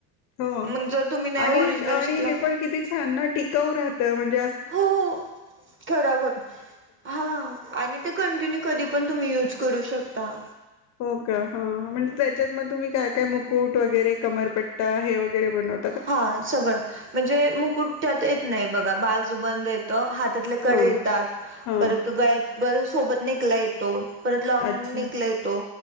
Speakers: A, on the left; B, on the right.
A: हो
B: मग जर तुम्ही नाही
A: आणि
B: ओरिजिनल
A: आणि
B: शिकला
A: हे पण किती छान ना टिकाऊ राहत म्हणज
B: हो खराब होत नाही आणि ते कंटिन्यू कधी पण तम्ही यज कर शकता
A: हो का हा म्हणजे
B: हम्म
A: त्याच्यात मग तुम्ही काय काय मुकुट वगैरे कमरपट्टा हे वगैरे बनवत
B: हा सगळं म्हणजे मुकुठत येत नाही बघा बाजू बंद येत हात त्यातले कडे
A: हा
B: येतात
A: हा
B: परत गळ्यात सोबत नेकला येतो. परत लॉग
A: अच्छा
B: नेकला येतो,